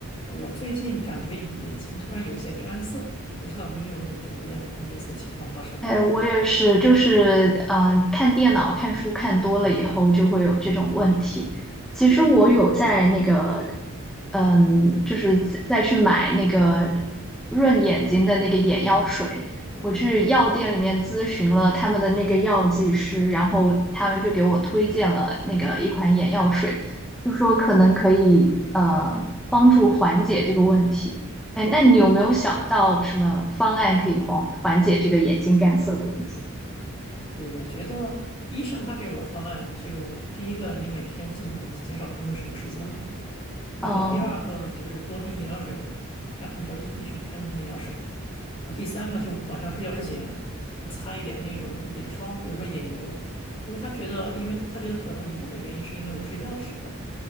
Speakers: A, on the left; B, in the centre.
A: 我最近感觉眼睛突然有一些干涩，我不知道你有没有这种类这种类似的情况发生。
B: 哎，我也是，就是嗯、呃看电脑、看书看多了以后，
A: 嗯
B: 就会有这种问题。其实我有在那个，嗯，就是再再去买那个润眼睛的那个眼药水。
A: 对
B: 我去药店里面咨询了他们的那个药剂师，然后他们就给我推荐了那个一款眼药水，就说可能可以呃帮助缓解这个问题。哎，那你有没有想到什么方案可以缓缓解这个眼睛干涩的问题？
A: 对，我觉得医生他给我的方案就第一个，你每天尽可能减少屏幕使用时间吧。然后第二个就是多滴眼药水了，
B: 哦
A: 该按照医医生开的那种眼药水。啊，第三个就晚上睡觉之前就擦一点那种眼霜或者说眼油，因为他觉得，因为他觉得可能一部分原因是因为我睡觉的时候，